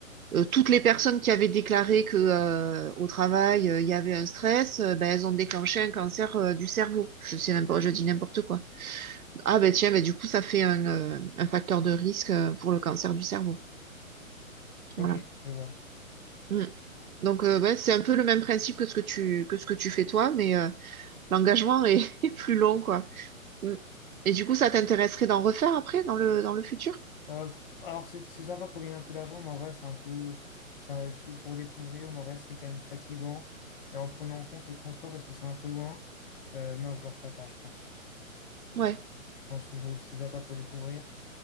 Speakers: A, on the right (about 80°); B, on the left (about 40°).
A: euh, toutes les personnes qui avaient déclaré que euh, au travail euh, il y avait un stress, euh, ben elles ont déclenché un cancer euh, du cerveau. Je sais n'importe, je dis n'importe quoi. Ah ben tiens, ben du coup, ça fait un, euh, un facteur de risque euh, pour le cancer du cerveau.
B: Ok,
A: Voilà.
B: je vois.
A: Mm. Donc, euh, ouais, c'est un peu le même principe que ce que tu que ce que tu fais toi, mais euh, l'engagement est, <laughs> est plus long, quoi. Mm. Et du coup, ça t'intéresserait d'en refaire après, dans le, dans le futur?
B: Euh, pff, alors c'est c'est sympa pour gagner un peu d'argent, mais en vrai, c'est un peu, c'est un- c'est pour découvrir, mais en vrai, c'est quand même fatigant. Et en prenant en compte le transport parce que c'est un peu loin, euh, non, je le referai pas, je pense.
A: Ouais,
B: Je pense que bon, c'est sympa pour découvrir.